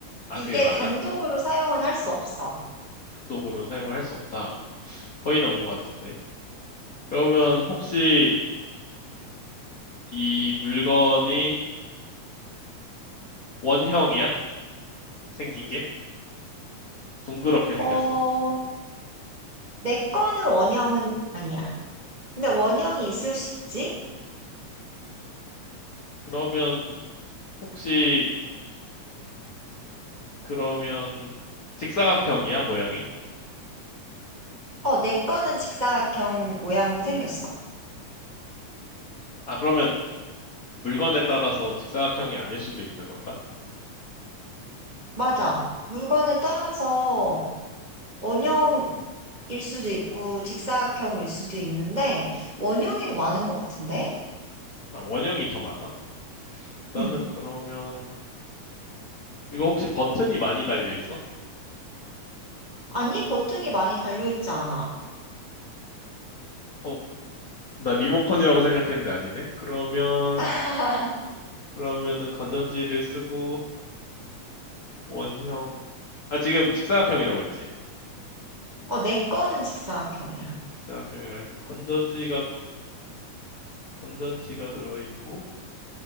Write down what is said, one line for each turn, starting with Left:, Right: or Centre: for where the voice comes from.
Left: 아
Right: 이게
Left: 그게 맞아.
Right: 단독으로 사용은 할 수 없어.
Left: 단독으로는 사용을 할 수 없다. 거의 다 온 것 같은데. 그러면 혹시 이 물건이 원형이야? 생긴 게? 둥그렇게 생겼어?
Right: 어, 내 거는 원형은 아니야. 근데 원형이 있을 수 있지?
Left: 그러면 혹시 그러면 직사각형이야, 모양이?
Right: 어, 내 거는 직사각형 모양으로 생겼어.
Left: 아 그러면 물건에 따라서 직사각형이 아닐 수도 있는 건가?
Right: 맞아. 물건에 따라서 원형일 수도 있고 직사각형일 수도 있는데 원형이 더 많은 것 같은데?
Left: 아, 원형이 더 많아? 나는
Right: 응.
Left: 그러면 이거 혹시 버튼이 많이 달려 있어?
Right: 아니, 버튼이 많이 달려있지 않아.
Left: 어, 나 리모컨이라고 생각했는데 아니네. 그러면
Right: <laughs>
Left: 그러면은 건전지를 쓰고 원형. 아, 지금 직사각형이라고 했지.
Right: 어, 내 거는 직사각형이야.
Left: 직사각형이라 건전지가 건전지가 들어 있고